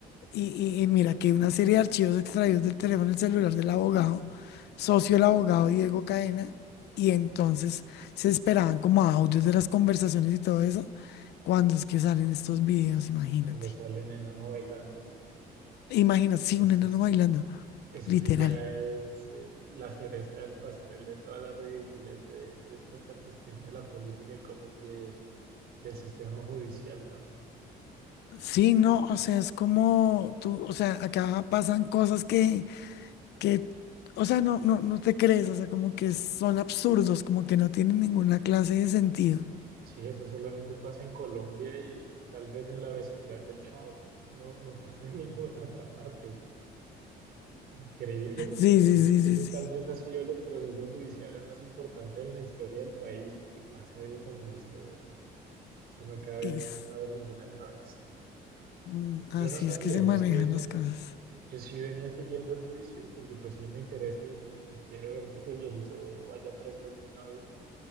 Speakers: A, on the left; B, on the right.
A: Y, y- y mira que una serie de archivos extraídos del teléfono y celular del abogado, socio del abogado Diego Cadena, y entonces se esperaban como audios de las conversaciones y todo eso, cuando es que salen estos videos, imagínate.
B: Y cuando sale un enano bailando,
A: Imagínate,
B: eso
A: sí, un enano
B: sí,
A: bailando,
B: eso
A: literal.
B: sí ya es eh, la cereza del pastel de todas las ridiculez de, de toda esta cuestión de la política en Colombia y de- del sistema judicial, ¿no?
A: Sí, no, o sea, es como tú, o sea, acá pasan cosas que que, o sea, no, no, no te crees, o sea, como que son absurdos, como que no tienen ninguna clase de sentido.
B: Sí, eso solamente pasa en Colombia y tal vez en la vecindad del Chavo. Eso no, no pasa en ninguna otra parte. Increíble, porque
A: Sí, sí,
B: ese,
A: sí,
B: ese
A: sí, sí.
B: tal vez ha sido de los procesos judiciales más importantes en la historia del país y que pase algo como esto, eso no cabe,
A: Es,
B: no cabe en ninguna cabeza.
A: mm,
B: Yo
A: así
B: no sabía,
A: es que se
B: yo
A: manejan
B: sí venía,
A: las cosas.
B: yo sí venía siguiendo el juicio porque pues sí me interesa y, y quiero ver que ese viejito vaya preso alguna vez,